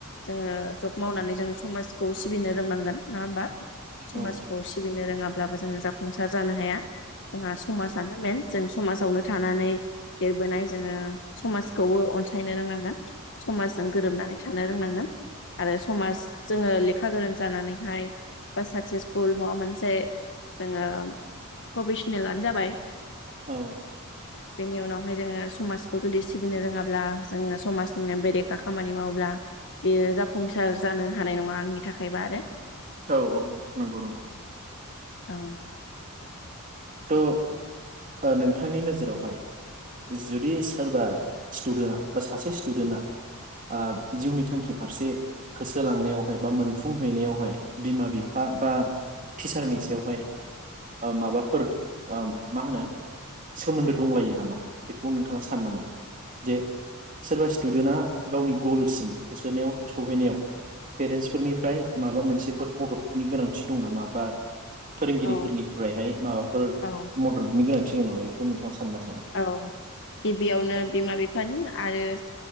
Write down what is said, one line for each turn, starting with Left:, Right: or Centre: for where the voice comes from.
Left: जोङो जब मावनानै जों समाजखौ सिबिनो रोंनांगोन। नङा होमबा समाजखौ
Right: औ
Left: सिबिनो रोङाब्ला अब्लाबो जोङो जाफुंसार जानो हाया। जोंहा समाजानो मेन। जों समाजावनो थानानै देरबोनाय जोङो समाजखौबो अनसायनो रोंनांगोन। समाजजों गोरोबनानै था। नो रोंनांगोन। आरो समाज जोङो ले खा गोरों जानानैहाय बा साक्सेसफुल माबा मोन से जोङो प्रफेसनेलानो जाबाय
Right: औ
Left: बेनि उनावहाय जोङो समाजखौ जुदि सिबिनो रोङाब्ला जोङो समाजनिनो बेरेखा खामानि मावोब्ला बेयो जा संसार जानो हानाय नङा आंनि थाखायबा आरो
Right: औ औ औ नंगौ नंगौ।
Left: औ
Right: थ' नोंथांनि नोजोरावहाय जुदि सोरबा स्टुदेन्टआ बा सासे स्टुदेन्टआ ओ जिउनि थांखि फारसे होसोलांनायावहाय बा मोनफुंहैनायावहाय बिमा बिफा बा टिचारनि सायावहाय ओ माबाफोर ओ मा होनो? सोमोन्दो दंलायो नामा बेखौ नोंथाङा सानो नामा जे सोरबा स्टुडेन्टआ गावनि गलसिम होसोनायाव सहैनायाव पेरेन्टसफोरनिफ्राय माबा मोनसेफोर मददनि गोनांथि दं नामा बा फोरोंगिरिफोरनिफ्रायहाय
Left: औ
Right: माबाफोर
Left: औ
Right: मददनि गोनां थि दं नामा बेखौ नोंथाङा सानो ना साना?
Left: औ गिबियावनो बिमा बिफानि आरो